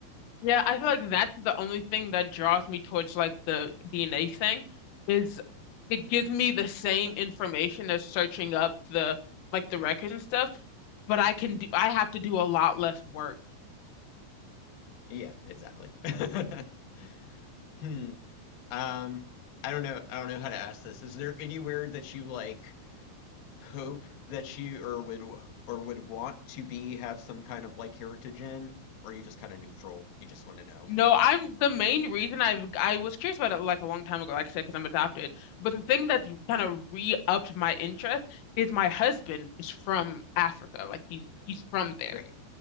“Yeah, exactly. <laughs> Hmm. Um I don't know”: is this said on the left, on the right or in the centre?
Left